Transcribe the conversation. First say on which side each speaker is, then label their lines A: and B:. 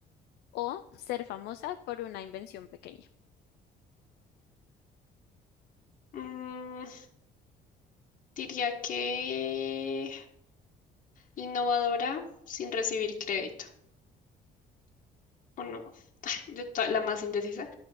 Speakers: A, on the left (about 80°); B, on the left (about 50°).
A: o ser famosa por una invención pequeña.
B: Mm, diría que innovadora sin recibir crédito, ¿o no? <laughs> Yo to- la más indecisa.